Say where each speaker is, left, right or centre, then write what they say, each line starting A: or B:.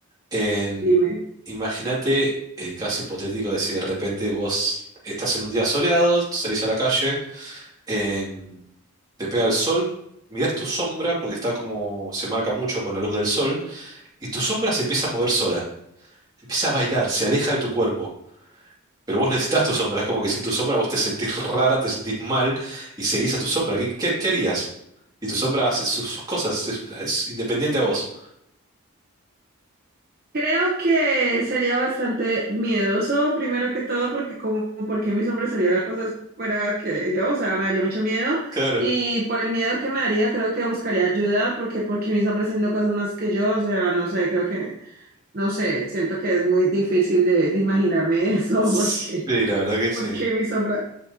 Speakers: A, on the right (about 15°); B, on the right (about 40°).
A: Em,
B: dime.
A: imagínate el caso hipotético de si de repente vos estás en un día soleado, salís a la calle, em, te pega el sol, mirás tu sombra, porque está como, se marca mucho con la luz del sol, y tu sombra se empieza a mover sola, empieza a bailar, se aleja de tu cuerpo. Pero vos necesitas tu sombra, es como que sin tu sombra vos te sentís rara, te sentís mal y seguís a tu sombra. ¿Qué, qué- qué harías? Y tu sombra hace sus, sus cosas, es, es independiente a vos.
B: Creo que sería bastante miedoso, primero que todo, porque como, porque mi sombra harían cosas fuera que yo, o sea, me daría mucho miedo.
A: Claro.
B: Y por el miedo que me daría, creo que buscaría ayuda, porque, porque mi sombra haciendo cosas más que yo, o sea, no sé, creo que, no sé, siento que es muy difícil de, de imaginarme <laughs> eso,
A: Sí,
B: porque,
A: la verdad que
B: porque
A: sí.
B: mi sombra,